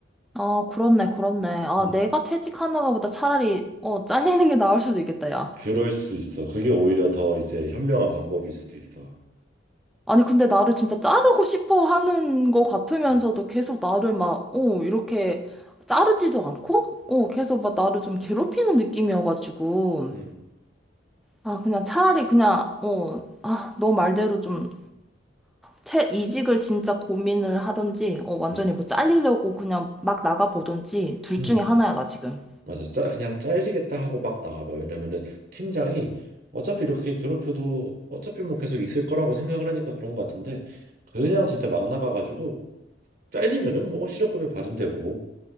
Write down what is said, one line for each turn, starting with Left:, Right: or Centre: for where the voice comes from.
Centre: 아, 그렇네, 그렇네. 아,
Right: 음.
Centre: 내가 퇴직하는가 보다 차라리, 어, 잘리는 게 나을 수도 있겠다, 야.
Right: 그럴 수도 있어. 그게 오히려 더 이제 현명한 방법일 수도 있어.
Centre: 아니, 근데 나를 진짜 자르고 싶어 하는 거 같으면서도
Right: 음.
Centre: 계속 나를 막, 어, 이렇게 자르지도 않고, 어, 계속 막 나를 좀 괴롭히는 느낌이어가지고.
Right: 음.
Centre: 아, 그냥 차라리 그냥, 어, 아, 너 말대로 좀, 퇴, 이직을 진짜 고민을 하든지, 어, 완전히
Right: 음.
Centre: 뭐 잘리려고 그냥 막 나가보든지, 둘
Right: 음.
Centre: 중에 하나야, 나 지금.
Right: 맞아. 짜, 그냥 잘리겠다 하고 막 나가봐. 왜냐면은 팀장이 어차피 이렇게 괴롭혀도 어차피 뭐 계속 있을 거라고 생각을 하니까 그런 것 같은데 그냥 진짜 막 나가가지고 잘리면은 뭐 실업급여 받으면 되고